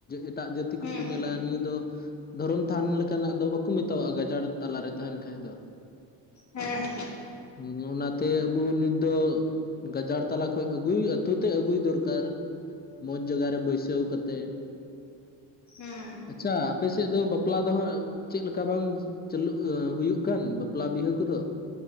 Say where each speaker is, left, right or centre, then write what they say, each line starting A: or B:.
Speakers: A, on the left (about 20°); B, on the left (about 40°).
A: ᱮᱴᱟᱜ ᱡᱟᱹᱛᱤ ᱠᱚ
B: ᱦᱩᱸ
A: ᱠᱚ ᱧᱮᱞᱟ ᱱᱤᱭᱟᱹ ᱫᱚ ᱫᱷᱚᱨᱚᱢ ᱛᱷᱟᱱ ᱞᱮᱠᱟᱱᱟᱜ ᱫᱚ ᱵᱟᱠᱚ ᱢᱮᱛᱟᱣᱟᱜᱼᱟ ᱜᱟᱡᱟᱲ ᱛᱟᱞᱟ ᱨᱮ ᱛᱟᱦᱮᱸᱱ ᱠᱷᱟᱡ ᱫᱚ ᱾
B: ᱦᱮᱸᱻ
A: ᱦᱮᱸ ᱚᱱᱟ ᱛᱮ ᱟᱵᱚ ᱱᱤᱛ ᱫᱚ ᱜᱟᱡᱟᱲ ᱛᱟᱞᱟ ᱠᱷᱚᱡ ᱟᱹᱜᱩᱭ ᱟᱹᱛᱩ ᱛᱮ ᱟᱹᱜᱩᱭ ᱫᱚᱨᱠᱟᱨ ᱾ ᱢᱚᱡᱽ ᱡᱟᱜᱟ ᱨᱮ ᱵᱟᱹᱭᱥᱟᱹᱣ ᱠᱟᱛᱮ ᱾
B: ᱦᱩᱸᱻ
A: ᱟᱪᱪᱷᱟ ᱟᱯᱮ ᱥᱮᱫ ᱫᱚ ᱵᱟᱯᱞᱟ ᱫᱚ ᱦᱟᱸᱜ ᱪᱮᱫ ᱞᱮᱠᱟ ᱵᱟᱝ ᱪᱟᱹᱞᱩᱜ ᱦᱩᱭᱩᱜ ᱠᱟᱱ ᱵᱟᱯᱞᱟ ᱵᱤᱦᱟᱹ ᱠᱚ ᱫᱚ?